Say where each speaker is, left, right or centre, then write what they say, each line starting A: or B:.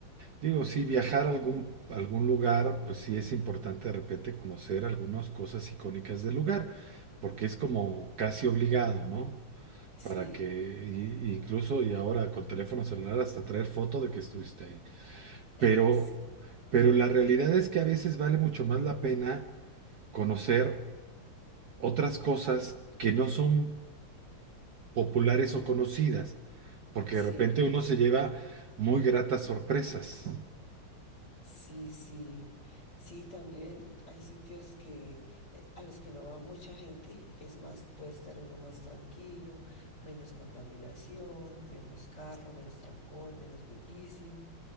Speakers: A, on the right (about 55°); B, on the left (about 55°).
A: Digo, sí, viajar a algún, a algún lugar, pues sí es importante de repente conocer algunas cosas icónicas del lugar, porque es como casi obligado, ¿no?
B: Sí,
A: Para que, y- y incluso y ahora con teléfono celular hasta traer foto de que estuviste ahí. Pero,
B: <laughs> sí,
A: pero la realidad es que a veces vale mucho más la pena conocer otras cosas que no son populares o conocidas, porque
B: sí.
A: de repente uno se lleva muy gratas sorpresas.
B: Sí, sí, sí, también hay sitios que eh, a los que no va mucha gente, es más, puede estar uno más tranquilo, menos contaminación, menos carro, menos trancón, menos bullicio,